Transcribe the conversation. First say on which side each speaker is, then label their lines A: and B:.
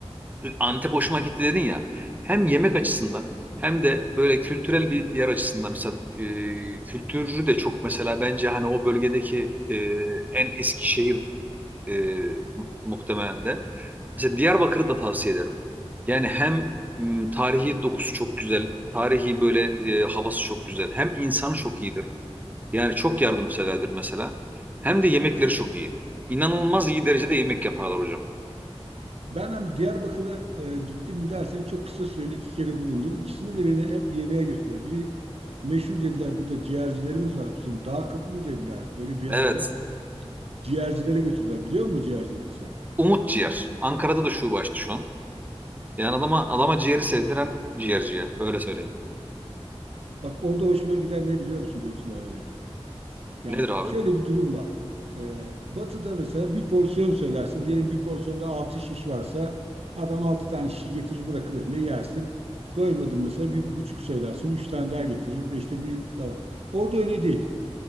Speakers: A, on the right; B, on the right.
A: Antep hoşuma gitti dedin ya. Hem yemek açısından hem de böyle kültürel bir yer açısından mesela e, kültürü de çok mesela bence hani o bölgedeki e, en eski şehir e, mu- muhtemelen de. Mesela Diyarbakır'ı da tavsiye ederim. Yani hem m, tarihi dokusu çok güzel, tarihi böyle e, havası çok güzel. Hem insanı çok iyidir. Yani çok yardımseverdir mesela. Hem de yemekleri çok iyi. İnanılmaz iyi derecede
B: Ya-
A: yemek yaparlar hocam.
B: Ben hani Diyarbakır'a e, gittim mi dersen çok kısa süreli iki kere bulundum. İkisinde de beni hep yemeğe götürdüler. Biri meşhur dediler burada ciğercilerimiz var bizim. Dağ kapı mı dediler öyle bir yerde.
A: Evet.
B: Ciğercilere götürdüler. Biliyor musun ciğercileri sen?
A: Umut Ciğer. Ankara'da da şube açtı şu an. Yani adama adama ciğeri sevdiren ciğerci ya. Öyle söyleyeyim.
B: Bak orada hoşuma giden ne biliyor musun Beytullah benim? Yani
A: Nedir abi?
B: şöyle bir durum var. Ee, batı'da mesela bir porsiyon söylersin. Diyelim bir porsiyonda 6 şiş varsa adam 6 tane şişi getirir bırakır önüne yersin. Doymadın mesela bir buçuk söylersin. üç tane daha getirir ve işte bir falan. Orada öyle değil.